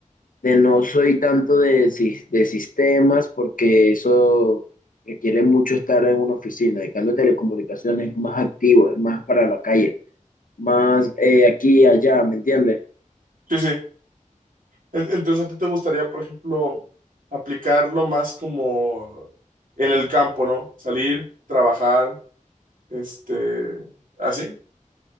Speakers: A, on the left (about 80°); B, on the right (about 85°).
A: de no soy tanto de, sis- de sistemas porque eso requiere mucho estar en una oficina. En cambio, telecomunicaciones es más activo, es más para la calle, más eh, aquí y allá, ¿me entiendes?
B: Sí, sí. En- Entonces, ¿a ti te gustaría, por ejemplo, aplicarlo más como en el campo, ¿no? Salir, trabajar Este, así.